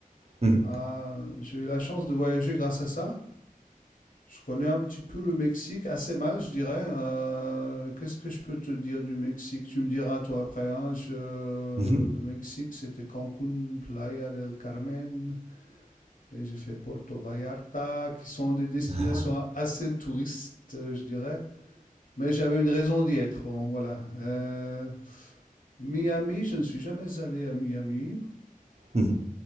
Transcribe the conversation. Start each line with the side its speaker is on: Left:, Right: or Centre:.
Right: Mhm,
Left: Ah, j'ai eu la chance de voyager grâce à ça. Je connais un petit peu le Mexique, assez mal, je dirais. Euh, qu'est-ce que je peux te dire du Mexique? Tu me diras, toi, après. hein. Je- Le
Right: mhm.
Left: Mexique, c'était Cancun, Playa del Carmen, et j'ai fait Porto Vallarta, qui sont des destinations
Right: Ah,
Left: a- assez touristes, euh, je dirais. Mais j'avais une raison d'y être, bon, voilà. Euh, Miami, je ne suis jamais allé à Miami.
Right: mhm.